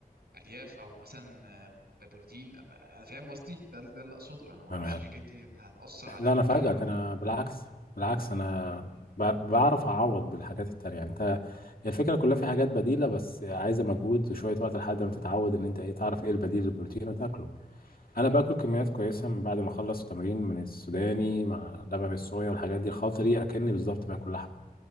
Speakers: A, on the right (about 85°); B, on the left (about 70°).
A: الياف او مثلا آه، بروتين انا فاهم قصدي ده ده اللي اقصده انا ما اعرفش
B: تمام
A: الحاجات دي هت- هتاثر عليك
B: لا انا فاجئك
A: آه، ولا
B: انا
A: لأ.
B: بالعكس بالعكس انا ب- بعرف اعوض بالحاجات التانية يعني انت هي الفكره كلها في حاجات بديله بس عايزه مجهود وشويه وقت لحد ما تتعود ان انت ايه تعرف ايه البديل للبروتين وتاكله انا باكل كميات كويسه من بعد ما اخلص تمرين من السوداني مع لبن الصويا والحاجات دي الخلطه دي اكني بالظبط باكل لحمه